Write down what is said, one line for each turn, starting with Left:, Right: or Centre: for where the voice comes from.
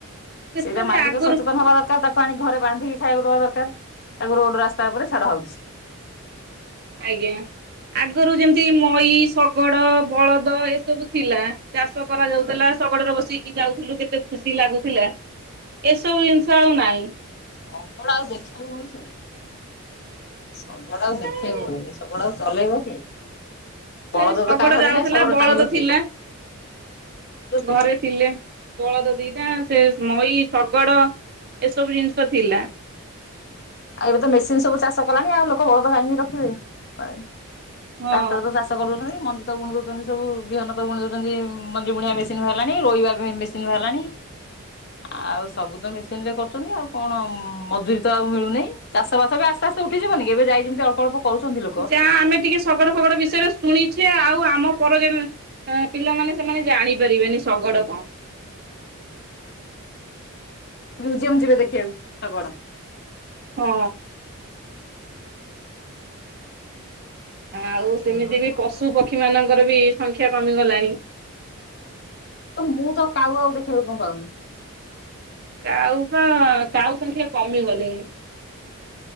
Right: ଦେଖୁନାହାନ୍ତି
Left: ସେଇଟା ମାଲିକ
Right: ଆଗରୁ
Left: ସଚେତନ ହବା ଦରକାର ତାକୁ ଆଣି ଘରେ ବାନ୍ଧି ଖାଇବାକୁ ଦବା ଦରକାର ତାକୁ ରୋଡ଼ ରାସ୍ତା ଉପରେ ଛାଡ଼ ହଉଛି।
Right: ଆଜ୍ଞା ଆଗରୁ ଯେମିତି ମଈ ଶଗଡ଼ ବଳଦ ଏସବୁ ଥିଲା। ଚାଷ କରା ଯାଉଥିଲା। ଶଗଡ଼ରେ ବସିକି ଯାଉଥିଲୁ କେତେ ଖୁସି ଲାଗୁଥିଲା ଏସବୁ ଜିନିଷ ଆଉ ନାଇଁ।
Left: ସଗଡ ଆଉ ଦେଖିବାକୁ ମିଳୁଛି ନା। ସଗଡ ଆଉ
Right: ମାନେ
Left: ଦେଖେ ବାକୁ ମିଳୁନି ସଗଡ ଆଉ ଚଲେଇବ କିଏ। ବଳଦ
Right: ଏ ଶଗଡ଼
Left: ତ କାହା ଘରେ
Right: ଯାଉଥିଲା
Left: ନାହିଁ ଶଗଡ
Right: ବଳଦ
Left: ଟାଣିବ କିଏ?
Right: ଥିଲା
Left: ହୁଁ ସେଇଟା।
Right: ଘରେ ଥିଲେ। ବଳଦ ଦିଟା ସେ ମଇ, ଶଗଡ ଏସବୁ ଜିନିଷ ଥିଲା।
Left: ଆଉ ଏବେ ତ ମେସିନ ସବୁ ଚାଷ କଲାଣି ଆଉ ଲୋକ ବଳଦ କାଇଁ କି ରଖିବେ ଆଉ
Right: ହଁ
Left: ଟ୍ରାକ୍ଟରେ ତ ଚାଷ ତ କରି ଦଉଛନ୍ତି ମଞ୍ଜି ତ ବୁଣି ଦଉଛନ୍ତି ସବୁ ବିହନ ତ ବୁଣି ଦଉଛନ୍ତି ମଞ୍ଜି ବୁଣିବା ମେସିନ୍ ବାହାରି ଲାଣି ରୋଇବା ମେ ସିନ ବାହାରିଲାଣି।
Right: ହ <inaudible>
Left: ଆଉ ସବୁ ତ ମେସିନ ରେ କରୁଛନ୍ତି ଆଉ କଣ ମଜୁରୀ ତ ଆଉ ମିଳୁନେଇ। ଚାଷ ବାସ ବି ଆସ୍ତେ ଆସ୍ତେ ଉଠି ଯିବନି କି ଏବେ ଯାଇ ଯେମିତି ଅ ଅଳ୍ପ ଅଳ୍ପ କରୁଛନ୍ତି ଲୋ
Right: ଯା ଆମେ ଟିକେ ଶଗଡ ଫଗଡ ବିଷୟରେ। ଶୁଣିଛେ ଆଉ ଆମ ପର ଜେନେ ଏଁ ପିଲାମାନେ ସେମାନେ ଜାଣି ପାରି ବେନି ଶଗଡ଼ କଁ।
Left: ହୁଁ ମୁଜିୟମ ଯିବେ ଦେଖିବାକୁ ଶଗଡ।
Right: ହଁ। ଆଉ
Left: ଏଇଭଳିଆ
Right: ସେମିତି ବି
Left: ଆଉ
Right: ପଶୁ, ପକ୍ଷୀ ମାନଙ୍କର ବି ସଂଖ୍ୟା କମିଗଲାଣି।
Left: ମୁଁ ତ କାଉ ଆଉ ଦେଖିବାକୁ କଁ ପାଉନି।
Right: କାଉ ବା କାଉ ସଂଖ୍ୟା କମିଗଲେଇଁ।